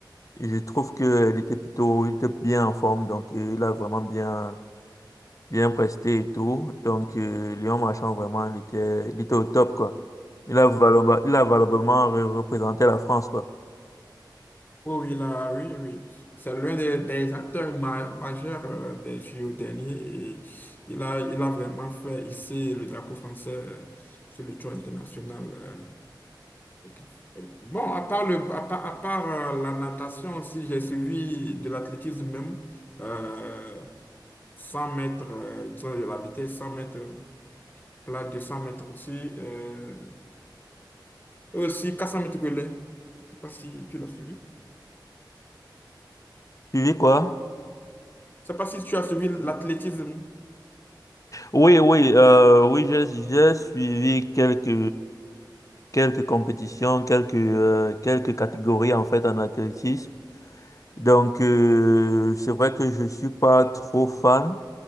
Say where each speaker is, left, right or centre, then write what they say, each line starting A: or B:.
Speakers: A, on the left (about 45°); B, on the left (about 25°).
A: et je trouve qu'il était plutôt, il était bien en forme, donc euh, il a vraiment bien, bien presté et tout. Donc, euh, Léon Marchand, vraiment, il était, il était au top, quoi. Il a valable- il a valablement re- représenté la France, quoi.
B: Oui, oui, là, oui, oui. C'est l'un des, des acteurs ma- majeurs euh, des JO derniers et il a, il a vraiment fait ici le drapeau français euh, sur le tour international. euh, Ok. Euh, Bon, à part le, à part, à part, euh, la natation aussi, j'ai suivi de l'athlétisme même, euh, 100 mètres, euh, disons de la vitesse, 100 mètres plat, 200 mètres aussi, euh, et aussi 400 mètres relais. Je sais pas si tu l'as suivi.
A: Tu vis quoi?
B: Je sais pas si tu as suivi l'athlétisme.
A: Oui, oui, euh, oui, j'ai j'ai suivi quelques, quelques compétitions, quelques, euh, quelques catégories en fait en athlétisme. Donc, euh, c'est vrai que je suis pas trop fan